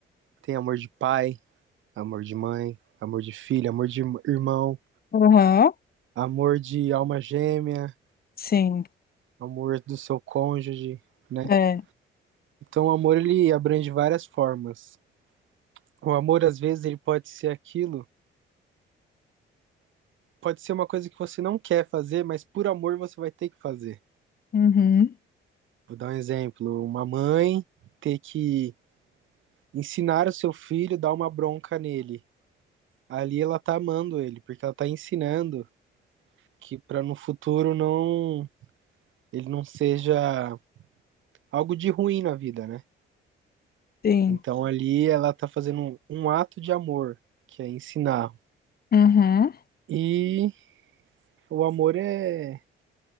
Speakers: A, on the right; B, on the left.
A: tem amor de pai, amor de mãe, amor de filho, amor de irm- irmão,
B: Aham,
A: amor de alma gêmea,
B: sim.
A: amor do seu cônjuge, né?
B: É.
A: Então, o amor, ele abrange várias formas. O amor, às vezes, ele pode ser aquilo, pode ser uma coisa que você não quer fazer, mas por amor você vai ter que fazer.
B: Uhum.
A: Vou dar um exemplo, uma mãe ter que ensinar o seu filho, dar uma bronca nele. Ali ela tá amando ele, porque ela tá ensinando que para no futuro não ele não seja algo de ruim na vida, né?
B: Sim.
A: Então ali ela tá fazendo um, um ato de amor, que é ensinar.
B: Uhum.
A: E o amor é